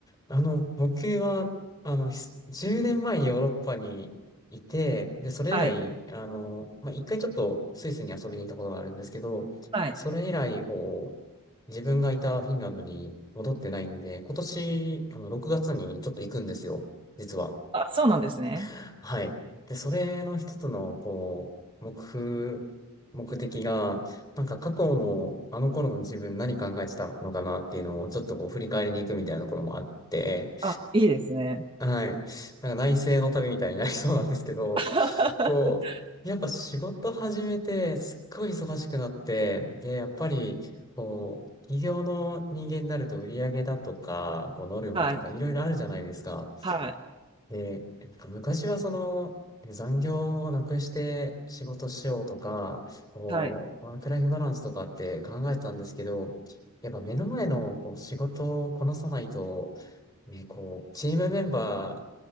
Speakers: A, on the left; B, on the right.
A: あの、僕は、あの、ひ10年前にヨーロッパにいて、で、それ以来、
B: はい。
A: あの、まあ、一回ちょっとスイスに遊びに行ったことがあるんですけど、
B: はい。
A: それ以来、こう、自分がいたフィンランドに戻ってないんで、今年、あの、6月にちょっと行くんですよ。実は。
B: あ、そうなんですね。
A: はい。で、それの一つの、こう、目標、目的が、なんか過去の、あの頃の自分何考えてたのかなっていうのを、ちょっとこう、振り返りに行くみたいなところもあって、
B: あ、いいですね。
A: はい。なんか内省の旅みたいになりそうなんですけど、
B: <laughs>
A: こう、やっぱ仕事始めて、すっごい忙しくなって、で、やっぱり、こう、企業の人間になると売り上げだとか、こう、ノルマとかいろいろあるじゃないですか。
B: はい。はい。
A: で、なんか昔はその、残業をなくして仕事しようとか、こう、
B: はい。
A: ワークライフバランスとかって考えてたんですけど、やっぱ目の前のこう仕事をこなさないと、ね、こう、チームメンバ